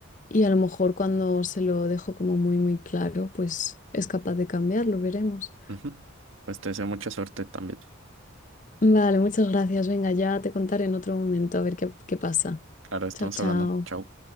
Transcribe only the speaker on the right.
ujú. Pues te deseo mucha suerte también.
Claro, estamos
hablando. Chao.